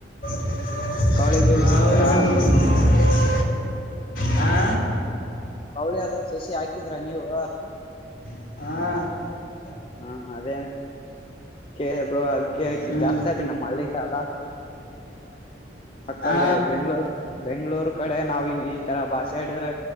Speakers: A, on the left; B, on the left.
A: <unintelligible>
B: ಕವಳಿಗಳು ಬಿತ್ತೀರಾ
A: ಹಾ
B: ಕೌಳಿ ಅದ. ಸಸಿ ಹಾಕಿದೀರಾ ನೀವು.
A: ಹ್ಮ್.
B: ಹಾ ಅದೇನ ಕೇಳಿ ಬ್ರೋ. ಅ ಕೇಕ
A: ಹ್ಮ್
B: ಜಾಸ್ತ ಆಯ್ತ ನಮ್ಮ ಹಳ್ಳಿಗೆ. ಶಾಲಾ. ಅಕಡೀ
A: ಹಾ
B: ಬೆಂಗ್ಳೂರು. ಬೆಂಗ್ಗಳೂರ್ ಕಡೆ ನಾವ್ ಹಿಂಗ ಈ ತರ ಭಾಷೆ ಅಡಿದ್ರೆ